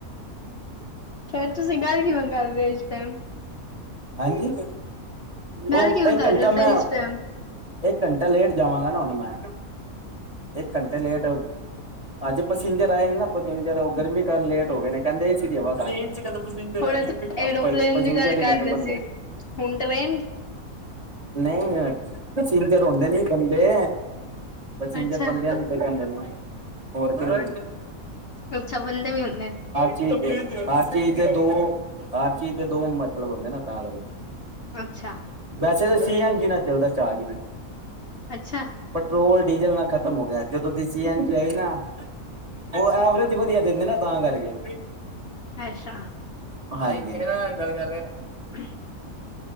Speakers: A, on the left (about 50°); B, on the right (about 30°).
A: ਫੇਰ ਤੁਸੀਂ ਗੱਲ ਕਿਵੇਂ ਕਰ ਰਹੇ ਹੋ ਇਸ ਟਾਈਮ?
B: ਹਾਂਜੀ, ਉਹ
A: ਗੱਲ ਕਿਵੇਂ
B: ਇੱਕ
A: ਕਰ
B: ਘੰਟਾ
A: ਰਹੇ ਹੋ
B: ਮੈਂ
A: ਫੇਰ ਇਸ ਟਾਈਮ
B: ਇੱਕ ਘੰਟਾ ਲੇਟ ਜਾਵਾਂਗਾ ਨਾ ਹੁਣ ਮੈਂ ਇੱਕ ਘੰਟੇ ਲੇਟ। ਅੱਜ ਪਸੀਂਜਰ ਆਏ ਨੇ ਨਾ ਪਸੀਂਜਰ ਉਹ ਗਰਮੀ ਕਾਰਨ ਲੇਟ ਹੋ ਗਏ ਨੇ ਕਹਿੰਦੇ ਏਸੀ ਦੀ ਹਵਾ ਖਾ <unintelligible>
A: ਹੁਣ ਤੁਸੀਂ ਏਰੋਪਲੇਨ ਦੀ ਗੱਲ ਕਰ ਰਹੇ ਹੁਣ ਟਰੇਨ
B: ਨਈ, ਪਸੀਂਜਰ ਹੁੰਦੇ ਨਈ ਬੰਦੇ? ਪਸੀਂਜਰ
A: ਅੱਛਾ
B: ਬੰਦਿਆਂ ਨੂੰ ਈ ਤੇ ਕਹੰਦੇ ਨੇ ਹੋਰ ਕਿਨੂੰ
A: ਅੱਛਾ। ਬੰਦੇ ਵੀ ਹੁੰਦੇ ਨ।
B: ਚੀਜ਼ ਦੇ ਹਰ ਚੀਜ਼ ਦੇ ਦੋ- ਹਰ ਚੀਜ਼ ਦੇ ਦੋ ਮਤਲਬ ਹੁੰਦੇ ਨਾ ਤਾਂ ਕਰ ਕੇ
A: ਅੱਛਾ।
B: ਵੈਸੇ ਤੇ ਸੀ ਐਨ ਜੀ ਨਾਲ ਚੱਲਦੈ ਚਾਜ ਵੀ।
A: ਅੱਛਾ।
B: ਪੈਟਰੋਲ ਡੀਜ਼ਲ ਨਾਲ ਖਤਮ ਹੋ ਗਐ, ਜਦੋਂ ਦੀ ਸੀ ਐਨ ਜੀ ਜਆਈ ਨਾ ਉਹ ਐਵਰੇ ਜੀ ਵਧੀਯਾ ਦੇਂਦੇ ਨਾ ਤਾਂ ਕਰਕੇ।
A: ਅੱਸ਼ਾ।
B: ਏ ਕਿਦੇ ਨਾਲ ਗੱਲ ਕਰ ਰੇ ਹਾ?
A: <unintelligible>